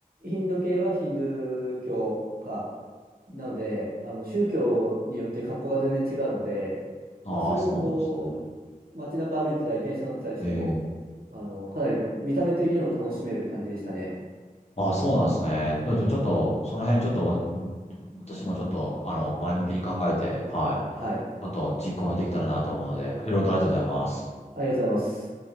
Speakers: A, on the right (about 80°); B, on the left (about 45°).
A: ンド系はヒンドゥー教か、なので、あの宗教によって格好が全然違うので、
B: ああ、
A: まあ、それもこ
B: そうなんですね。
A: う、街中歩いてたり、電車乗ってたりしても、
B: ええ
A: あの、かなり見た目的にも楽しめる感じでしたね。
B: あ、そうなんですね。ででちょっと、その辺ちょっと、ん私もちょっと、あの、前向きに考えて、はい。
A: はい、
B: ちょっと実行できたらなと思うので、いろいろとありがとうございます。
A: ありがとうございます。